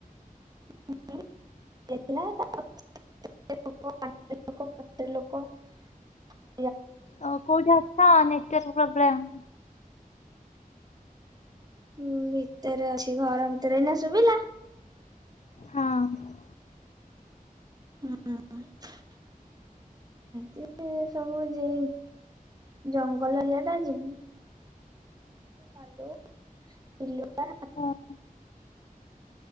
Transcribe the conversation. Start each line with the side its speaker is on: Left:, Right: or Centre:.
Right: <unintelligible> <unintelligible>
Left: ଓ କୋଉଠି ଅଛ? ନେଟୱାର୍କ ପ୍ରୋବ୍ଲେମ୍
Right: ହଁ ଭିତରେ ଅଛି। ଘର ଭିତରେ ଏଇନା ଶୁଭିଲା?
Left: ହଁ ଅଁ
Right: ହଁ <unintelligible> ସେ ସବୁ ଯ ଜଙ୍ଗଲ ଏରିଆ ଟା ଯେ ଭାଲୁ ବିଲୁଆ
Left: ହଁ